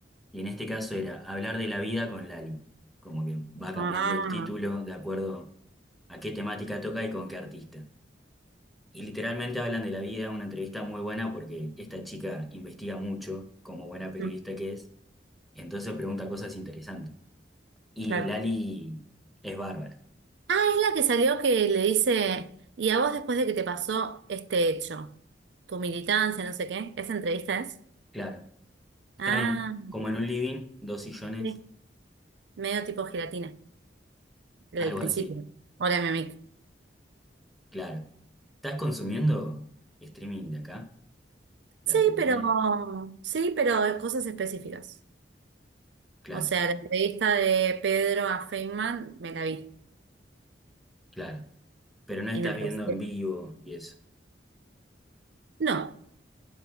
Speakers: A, in the centre; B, on the right.
A: Y en este caso era Hablar de la vida con Lali. Como que va cambiando
B: ah,
A: el título de acuerdo a qué temática toca y con qué artista. Y literalmente hablan de la vida, una entrevista muy buena porque esta chica investiga mucho, como buena periodista
B: mm,
A: que es, y entonces pregunta cosas interesantes. Y
B: claro.
A: Lali es bárbara,
B: Ah, es la que salió que le dice, y a vos después de que te pasó este hecho, tu militancia, no sé qué, ¿esa entrevista es?
A: claro. Están
B: Ah,
A: en- como en un living, dos sillones
B: sí, medio tipo gelatina, la
A: Algo
B: del principio.
A: así,
B: Hola, mi amiga.
A: claro. ¿Estás consumiendo streaming de acá, de
B: Sí,
A: Argentina?
B: pero, sí, pero cosas específicas.
A: Claro,
B: O sea, la entrevista de Pedro a Feynman me la vi
A: claro. Pero no estás
B: y me
A: viendo
B: pareció.
A: en vivo y eso.
B: No,